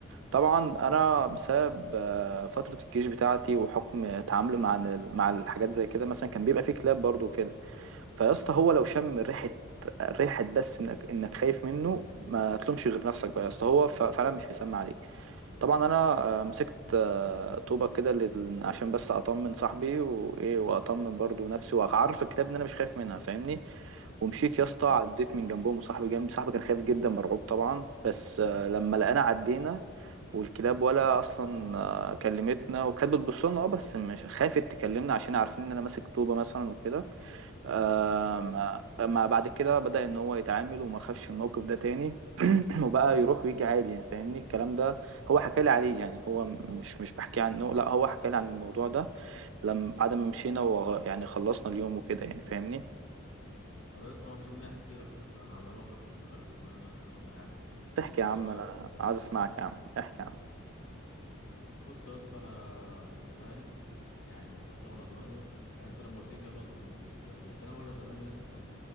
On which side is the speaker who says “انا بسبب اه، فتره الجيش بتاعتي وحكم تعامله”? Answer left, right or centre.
Right